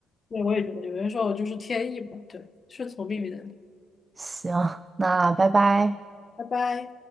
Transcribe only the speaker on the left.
对，我也觉得有些时候就是天意吧，对，顺从命运的，
拜拜。